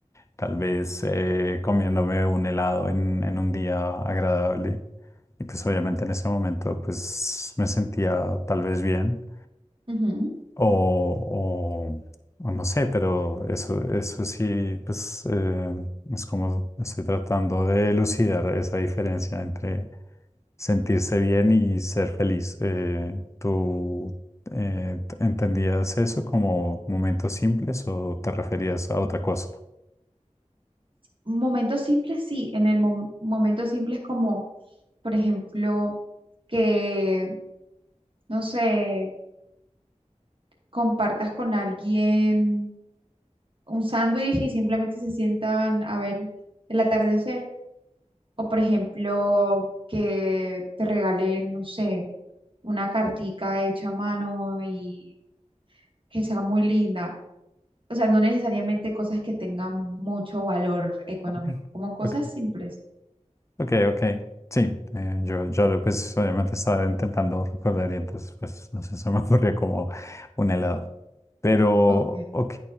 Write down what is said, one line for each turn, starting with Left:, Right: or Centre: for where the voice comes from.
Left: tal vez eh, comiéndome un helado en, en un día agradable, y pues obviamente en ese momento pues me sentía tal vez bien,
Right: Ujú.
Left: o, o, o no sé, pero eso, eso sí, pues eh, es como estoy tratando de elucidar esa diferencia entre sentirse bien y ser feliz. Eh, ¿tú eh, t- entendías eso como momentos simples o te referías a otra cosa?
Right: Momentos simples, sí, en el mom- momentos simples como, por ejemplo, que, no sé. compartas con alguien un sándwich y simplemente se sientan a ver el atardecer. O por ejemplo, que te regalen, no sé, una cartica hecha a mano y que sea muy linda. O sea, no necesariamente cosas que tengan mucho valor económico,
Left: Ok,
Right: como cosas
Left: ok.
Right: simples.
Left: Ok, ok. Sí, eh, yo, yo pues obviamente estaba intentando recordar y entonces pues no sé, se me <laughs> ocurrió como un helado. Pero,
Right: Ok,
Left: ok,